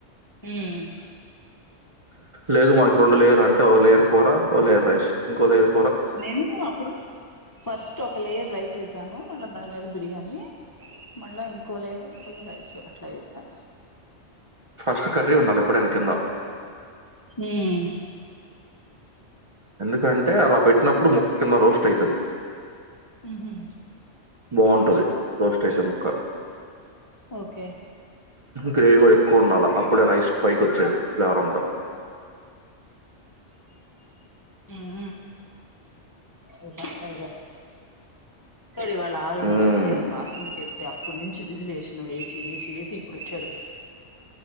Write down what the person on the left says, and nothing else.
ఉమ్
నేను అప్పుడు ఫస్ట్ ఒక లేయర్ రైస్ ఏసాను మళ్ళా దాని మీద బిర్యానీ. మళ్ళా ఇంకోలేయరు, రైస్ అట్లా వేసా.
ఉమ్
<unintelligible>
ఓ. కే.
హ్మ్! హూ! పక్కా! ఇవ్వాల ఆరున్నరకి
లేచి బాత్రూమ్ కె ల్ అప్పుడు నుంచి విజిలు ఏసినాడు ఏసి ఏసి ఏ సి ఇప్పుడు వచ్చాడు.